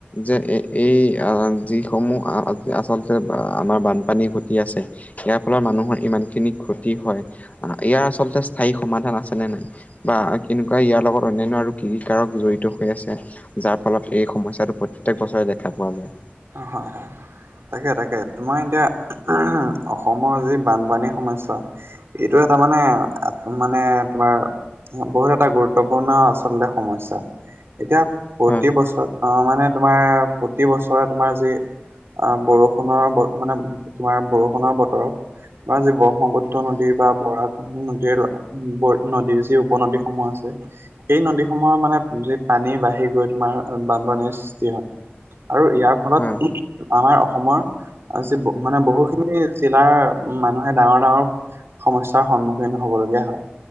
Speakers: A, on the left; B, on the right.
A: যে এ-এই যিসমূহ আচলতে আ-আমাৰ বানপানী ঘটি আছে ইয়াৰ ফলত মানুহৰ ইমান খিনি ক্ষতি হয়, আহ ইয়াৰ আচলতে স্থায়ী সমাধান আছে নে নাই? বা কেনেকুৱা ইয়াৰ লগত অন্যান্য আৰু কি কি কাৰক জড়িত হৈ আছে? যাৰ ফলত এই সমস্যাটো প্ৰত্যেক বছৰে দেখা পোৱা যায়।
B: হয়, হয়। তাকে, তাকে তোমাৰ এতিয়া আহ অসমৰ যি বানপানী সমস্যা এইটো এটা মানে, আহ মানে তোমাৰ ব-বহুত এটা গুৰুত্বপূৰ্ণ আচলতে সমস্যা। এতিয়া প্ৰতি
A: হয়
B: বছৰ, আহ মানে তোমাৰ প্ৰতি বছৰে তোমাৰ যি অ' বৰষুণৰ ব মানে, তোমাৰ বৰষুণৰ বতৰত তোমাৰ যি ব্ৰহ্মপুত্ৰ পুত্ৰ
A: হয়
B: নদীৰ বা বৰা নদীৰ, ব নদীৰ যি উপনদীসমূহ আছে এই নদীসমূহৰ মানে যি পানী বাঢ়ি গৈ তোমাৰ বানপানীৰ সৃষ্টি হয়। আৰু ইয়াৰ ফলত
A: হয়
B: আমাৰ অসমৰ আজি মানে বহুখিনি জিলাৰ মানুহে ডাঙৰ ডাঙৰ সমস্যাৰ সন্মুখীন হ'বলগীয়া হয়